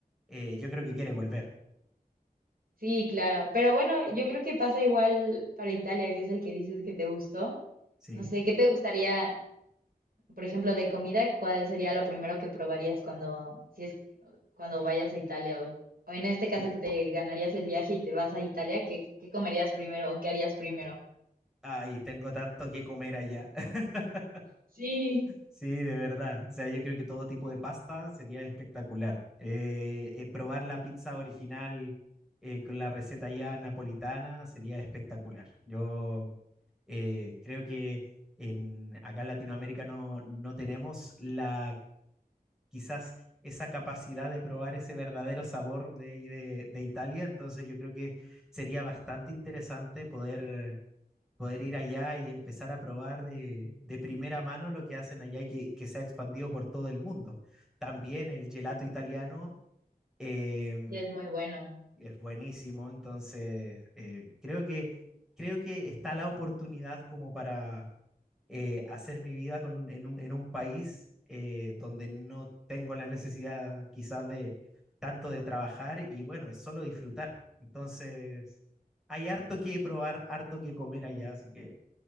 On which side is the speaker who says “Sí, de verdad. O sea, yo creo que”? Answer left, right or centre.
Centre